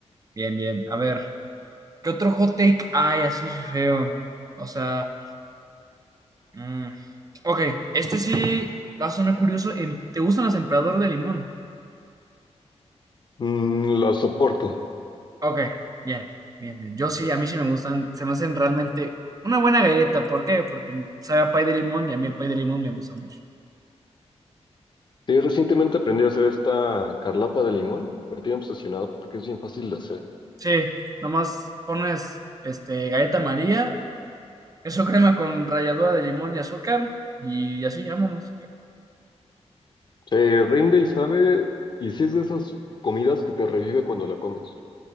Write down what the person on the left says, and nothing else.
Mm, lo soporto.
Sí, recientemente aprendí a hacer esta carlata de limón. Me tiene obsesionado porque es bien fácil de hacer.
Se rinde y sabe, y sí es de esas comidas que te revive cuando la comes.